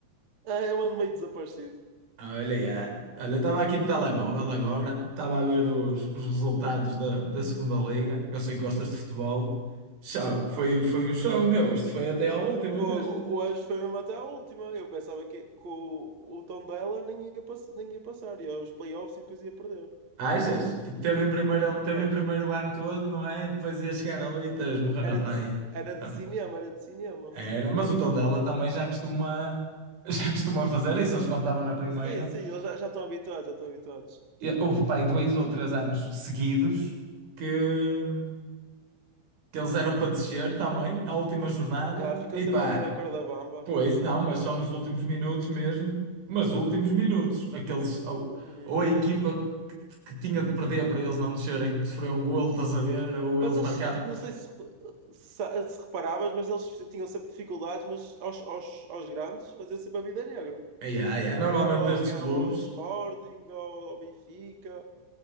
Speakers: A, on the right; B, on the right.
A: Ah, eu ando meio desaparecido.
B: Ah, Olha, já. Olha, eu estava aqui no telemóvel agora, estava a ver os, os resultados da, da Segunda Liga. Eu sei que gostas de futebol. Show, foi,
A: Ah,
B: foi um show, meu. Isto foi até à última
A: fogo,
B: mesmo.
A: hoje foi mesmo até a última. Eu pensava que, que o, o Tondela nem ia, pass- nem ia passar, ia aos playoffs e depois ia perder.
B: Achas? Tipo, teve em primeiro, teve
A: Mas
B: em primeiro o ano todo, não é? E depois ia chegar ali e estás morrer
A: era
B: na praia.
A: de, era
B: Então,
A: de cinema, era de cinema.
B: era. Mas o Tondela também já costuma, <laughs> já costuma fazer isso. Eles quando estavam na primeira.
A: Sim, sim, eles já já estão habituados, já estão habituados.
B: E Houve, pai, dois ou três anos seguidos que, que eles eram para descer também, à última jornada.
A: Yeah, ficam
B: E
A: sempre
B: pá,
A: ali na corda bamba.
B: pois, não, mas só nos últimos minutos mesmo. Mas últimos minutos. Aqueles, ou,
A: Uhum.
B: ou a equipa que, que tinha de perder para eles não descerem, sofreu um golo, estás a ver? Ou
A: Mas
B: eles marcaram.
A: eles, não sei se, se, se reparavas, mas eles tinham sempre dificuldades, mas aos, aos, aos grandes faziam sempre a vida negra.
B: Ai, ai, ai, normalmente
A: Ganhar ao,
B: estes
A: ganhava
B: clubes.
A: ao Sporting, ao, ao Benfica.